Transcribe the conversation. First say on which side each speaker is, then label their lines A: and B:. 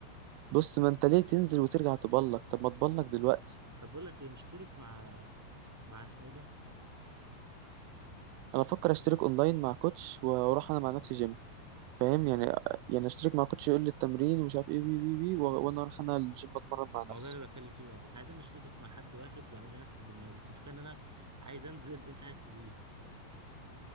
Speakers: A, on the right; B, in the centre.
A: بص ما انت ليه تنزل وترجع تبلك طب ما تبلك دلوقتي
B: طب بقول لك ايه نشترك مع مع اسمه ايه ده
A: انا بفكر اشترك اونلاين مع كوتش واروح انا مع نفسي جيم فاهم يعني يعني اشترك مع كوتش يقول لي التمرين ومش عارف ايه وي وي وي و- وانا اروح انا الجيم اتمرن مع
B: الموضوع
A: نفسي
B: اللي بتكلم فيه ده. احنا عايزين نشترك مع حد واحد يعمل لي نفس البرنامج بس المشكلة ان انا عايز انزل انت عايز تزيد